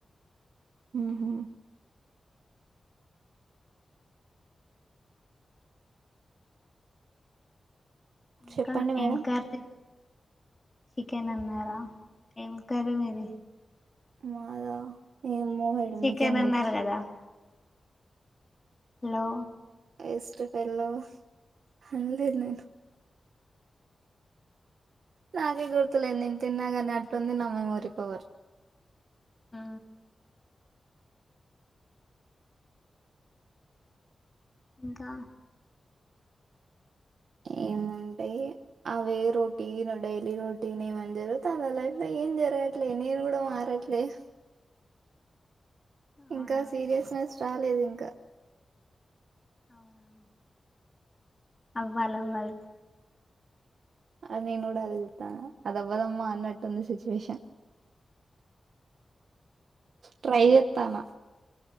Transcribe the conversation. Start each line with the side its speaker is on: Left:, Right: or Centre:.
Right: ఉ హు
Left: ఇంకా
Right: చెప్పండి మేడం
Left: ఏం కర్రి చికెన్ అన్నారా ఏం కర్రి మీది
Right: మాదా ఏమో మేడం
Left: చికెన్
Right: నిజం
Left: అన్నారు
Right: గుర్తు
Left: కదా. హలో
Right: ఎష్ట పెల్లో అల్లే నేను నాకే గుర్తులే నేను తిన్నా కాని అట్లుంది నమ్మే ముఊరిపోవరు.
Left: ఆ ఇంకా
Right: ఏముంటాయి అవే రోటీన్ డైలీ రోటీన్ ఏమని జరుగుత అందు లైఫ్ లో ఏం జరగట్లేదు నేను కూడా మారట్లేదు.
Left: అవునా
Right: ఇంకా సీరియస్నెస్ రాలేదు ఇంకా
Left: అవునా అవ్వాల్ అవ్వాలి.
Right: అదిను కూడా అజతాను అద అవ్వదమ్మా అన్నటుంది సిచువేషన్. ట్రైచేత్తన